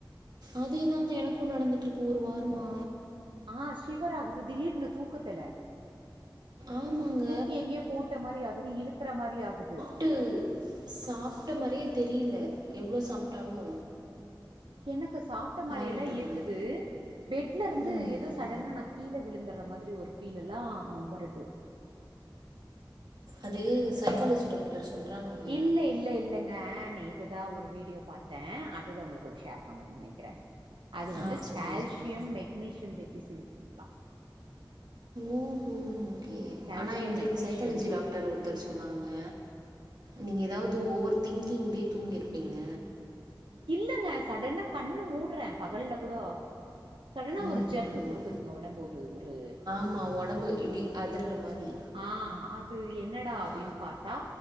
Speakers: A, on the right (about 55°); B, on the right (about 90°).
A: அதே தாங்க எனக்கு நடந்துட்டுருக்கு ஒரு வாரமா
B: ஆ ஷிவர் ஆகுது திடீர்னு தூக்கத்துல
A: ஆமாங்க.
B: தூக்கி எங்கெயோ போட்ட மாரி ஆகுது இழுக்குற மாரி ஆகுது
A: ட்டு சாப்ட்ட மாரியே தெரியில எவ்ளோ சாப்ட்டாலு
B: எனக்கு சாப்ட்ட மாரியெல்லா
A: இருந்துர்றேன்.
B: இருக்குது பெட்ல இருந்து
A: ம்,
B: எதோ
A: ம்.
B: சடனா நா கீழ விழுந்துர்ற மாதிரி ஒரு ஃபீல்லெல்லா வருது
A: அது சைக்காலஜி
B: ஆ
A: டாக்டர் சொல்றாங்கங்க.
B: இல்ல இல்ல இல்லங்க நேத் த்து தா ஒரு வீடியோ பாத்தே அதுதா உங்க கூட ஷேர் பண்ணனன்னு நெனைக்கிறே அது
A: ஆ
B: வந்து
A: சொல்லுங்க,
B: கால்சியம்
A: சொல்லுங்க.
B: மெக்னீசியம் டெபிஷியன்சீங்ளா
A: ஓ ஹோ ஓகே
B: கால்சியம்
A: ஆனா எங்குளுக்கு
B: மெக்னீசியம்
A: சைக்காலஜி டாக்டர் ஒரு ஒருத்தர் சொன்னாங்க நீங்க எதாவது ஓவர் திங்கிங்லே தூங்கிருப்பீங்க
B: இல்லங்க சடனா கண்ணு மூடுறே பகல்ல கூட சடனா
A: ம்,
B: ஒரு ஜர்க்கு
A: ம்.
B: குடுக்குதுங்க உடம்பு ஒரு ஒரு
A: ஆமா ஒடம்பு இப்டி அதுர்ற மாரி
B: ஆ அது என்னடா அப்டின்
A: ஆ
B: பாத் தா